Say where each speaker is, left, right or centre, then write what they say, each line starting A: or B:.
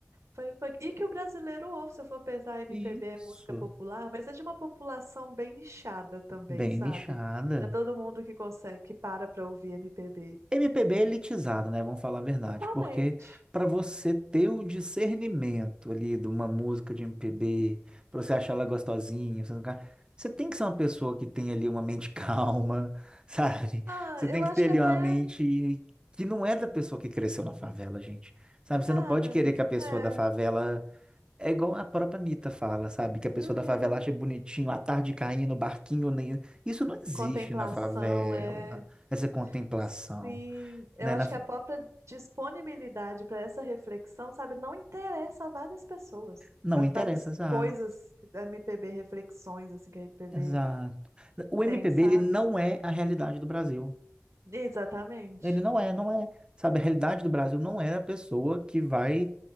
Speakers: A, on the right (about 70°); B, on the right (about 20°).
A: Foi, foi... E que o brasileiro ouve, se eu for pensar, MPB
B: Isso.
A: é música popular, mas é de uma população bem nichada também,
B: Bem
A: sabe?
B: nichada.
A: Não é todo mundo que consegue, que para pra ouvir MPB.
B: MPB é elitizado, né? Vamos falar a verdade,
A: Totalmente.
B: porque para você ter o discernimento ali de uma música de MPB, para você achar ela gostosinha, você, não ca- você tem que ser uma pessoa que tem ali uma mente <laughs> calma, sabe?
A: Ah,
B: Você
A: eu
B: tem que
A: acho
B: ter
A: que
B: ali
A: até,
B: uma mente que não é da pessoa que cresceu na favela, gente. Sabe?
A: cara,
B: Você não pode querer que a pessoa
A: é.
B: da favela. É igual a própria Anitta fala, sabe? Que a pessoa
A: Uhum.
B: da favela acha bonitinho a tarde caindo, o barquinho. nem- Isso não existe
A: Contemplação
B: na favela,
A: é.
B: essa contemplação
A: Sim, eu
B: né?
A: acho
B: Na-
A: que a própria disponibilidade para essa reflexão, sabe, não interessa a várias pessoas,
B: Não
A: a várias
B: interessa, exato,
A: coisas que a MPB, reflexões assim que a MPB
B: exato. O MPB,
A: tem, sabe?
B: ele não é a realidade do Brasil.
A: Exatamente.
B: Ele não é, não é. Sabe, a realidade do Brasil não é a pessoa que vai,